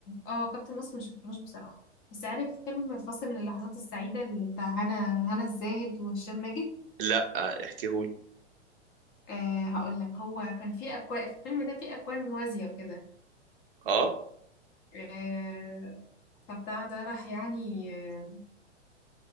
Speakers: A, on the left; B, on the right.
A: اه كابتن مصر مشفتهوش بصراحة بس عارف فيلم فاصل من اللحظات السعيدة اللي بتاع هنا هنا الزاهد وهشام ماجد
B: لا آه، احكيهولي
A: آه هقول لك هو كان في أكوان الفيلم ده فيه أكوان موازية وكده
B: اه
A: آه فبتاع ده راح يعني آه،